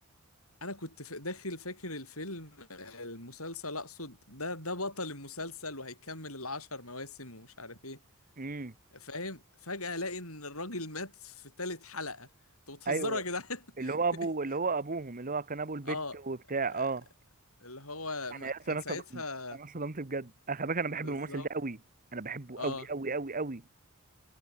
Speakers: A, on the left (about 70°); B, on the right (about 40°).
A: انا كنت ف- داخل فاكر الفيلم آه، المسلسل اقصد ده ده بطل المسلسل وهيكمل العشر مواسم ومش عارف ايه
B: امم
A: فاهم فجاه الاقي ان الراجل مات في تالت حلقه انتوا بتهزروا
B: ايوه
A: يا جدعان
B: اللي هو ابو
A: <laughs>
B: اللي هو ابوهم اللي هو كان ابو البت
A: اه
B: وبتاع
A: آه،
B: اه
A: اللي هو
B: انا
A: م-
B: يا
A: كان
B: اسطى انا
A: ساعتها
B: اصطدمت انا اصطدمت بجد انا خلي بالك انا
A: بالظبط
B: بحب الممثل ده قوي انا بحبه
A: اه
B: قوي قوي قوي قوي